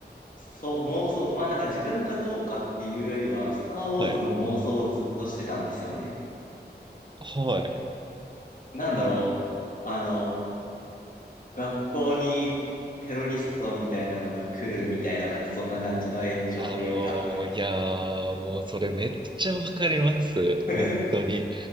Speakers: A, on the left (about 50°); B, on the right (about 25°).
A: そう、妄想。まあなんか自分がどうかっていうよりは、スターウォーズの妄想をずっとしてたんですよね。
B: はい。はい。
A: なんだろう。あの、学校にテロリストみたいなのが来るみたいな、なんかそんな感じの延長というか。
B: あのーいやー、もうそれめっちゃわかります。
A: <laughs>
B: 本当に。